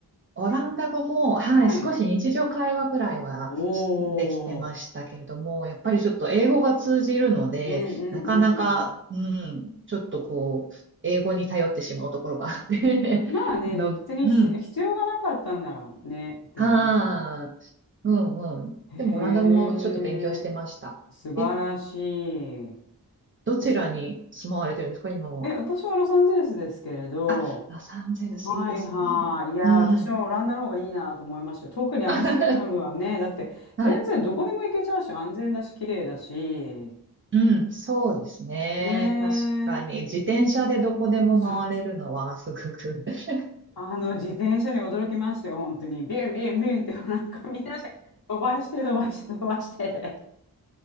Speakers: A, on the right; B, on the left.
A: オランダ語も、はい、
B: はい。
A: 少し日常会話ぐらいはしできてましたけれども、
B: おお、
A: やっぱりちょっと英語が通じるので、
B: うんうんうん。
A: なかなか、うん、ちょっとこう、英語に頼ってしまうところがあって
B: まあね、
A: <laughs> の、
B: でも別に必必要がなかったんならね、
A: うん、
B: って言いますよね。
A: はあ、うんうん。
B: へえ、
A: でもオランダ語もちょっと勉強してました。
B: 素晴らし
A: え、
B: い。
A: どちらに住まわれてるんですか、
B: です。
A: 今は。
B: え、私はロサンゼルスですけれど、
A: あ、ロサンゼルスいいですね。
B: はいはい。いやー、
A: うん。
B: 私はオランダの方がいいなと思いましたよ。特にアムステルダムはね、
A: <laughs>
B: だって全然どこでも行けちゃうし、
A: はい。
B: 安全だし、綺麗だし、
A: うん、そうですね。
B: ね
A: 確かに、
B: え、
A: 自転車でどこでも回れるのはすごく
B: そう
A: <laughs>
B: あの自転車に驚きましたよ、本当に。ビュンビュンビュンって、なんかみんなして飛ばして飛ばして飛ばしてで。